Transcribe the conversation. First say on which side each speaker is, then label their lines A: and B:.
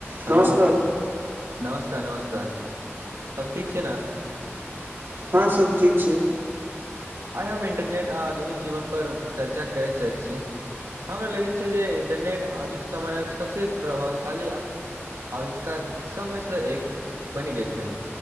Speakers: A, on the right; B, on the right.
A: hello
B: नमस्कार
A: नमस्कार नमस्कार सब ठीक छै नऽ
B: हँ सब ठीक छिये
A: आइ हम इंटरनेट आ आधुनिक जीवन पर चर्चा करैत चाहैत छी हमरा लगैत छै जे इंटरनेट आजुक समयक सभसँ प्रभावशाली आविष्कार सब मड सँ एक बनि गेल छै